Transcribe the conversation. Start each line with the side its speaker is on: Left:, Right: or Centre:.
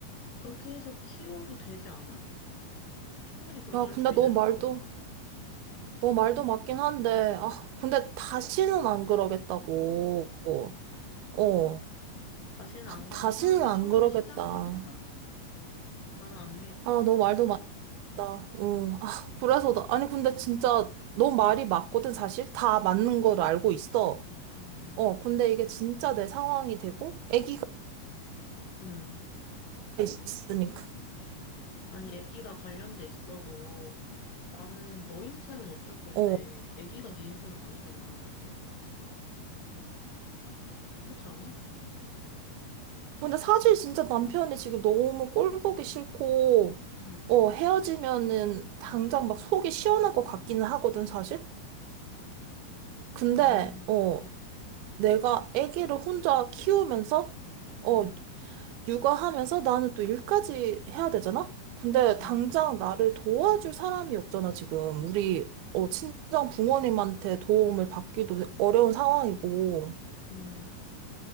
Left: 그렇게 해서 키워도 되지 않아? 충분히 그럴
Right: 야, 근데
Left: 수
Right: 너
Left: 있는
Right: 말도,
Left: 상황이잖아.
Right: 너 말도 맞긴 한데, 아, 근데
Left: 음,
Right: 다시는 안 그러겠다고. 어,
Left: 다시는
Right: 막
Left: 안 그럴
Right: 다시는
Left: 사람이
Right: 안
Left: 처음에
Right: 그러겠다.
Left: 시작을 하겠어? 나는 안 믿어.
Right: 아, 너 말도 맞 나, 어, 아, 그래서 나, 아니, 근데 진짜 너 말이 맞거든, 사실. 다 맞는
Left: 음.
Right: 걸 알고 있어.
Left: 음,
Right: 어, 근데 이게 진짜 내 상황이 되고, 아기가
Left: 음.
Right: 있으니까.
Left: 아니, 애기가 관련돼 있어도 나는 너 인생은 어쩔 건데,
Right: 어,
Left: 애기가 네 인생은 아니잖아. 그렇지 않아?
Right: 근데 사실 진짜 남편이 지금 너무 꼴 보기 싫고,
Left: 음,
Right: 어, 헤어지면은 당장 막 속이 시원할 것 같기는 하거든, 사실. 근데,
Left: 나는,
Right: 어,
Left: 음, 음.
Right: 내가 아기를 혼자 키우면서, 어,
Left: 음,
Right: 육아하면서 나는 또 일까지 해야 되잖아? 근데
Left: 그치.
Right: 당장 나를 도와줄 사람이 없잖아, 지금. 우리, 어, 친정 부모님한테 도움을 받기도 어려운 상황이고.
Left: 음.